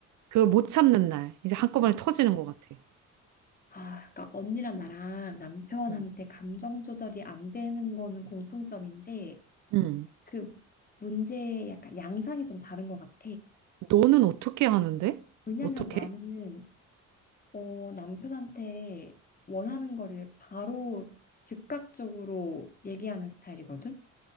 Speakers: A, on the right; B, on the left.
A: 그걸 못 참는 날. 이제 한꺼번에
B: 어.
A: 터지는 것 같아.
B: 아, 그러니까 언니랑 나랑 남편한테
A: 어.
B: 감정 조절이 안 되는 거는 공통점인데
A: 응.
B: 그 문제의 약간 양상이 좀 다른 것 같아.
A: 너는 어떻게 하는데?
B: 왜냐면
A: 어떻게?
B: 나는 어, 남편한테 원하는 거를 바로 즉각적으로 얘기하는 스타일이거든?